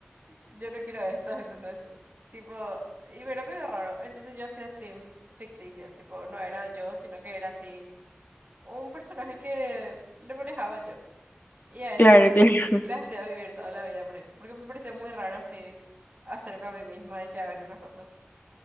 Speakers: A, on the right; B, on the left.
A: yo no quiero esto, ¿entendés? Tipo, y me era medio raro. Entonces yo hacía sims ficticios, tipo, no era yo, sino que era así, un personaje que le manejaba yo. Y a eso
B: Claro,
A: sí, les
B: claro, <laughs>
A: les hacía vivir toda la vida, por ahí, porque me parecía muy raro así hacerme a mí misma y que hagan esas cosas.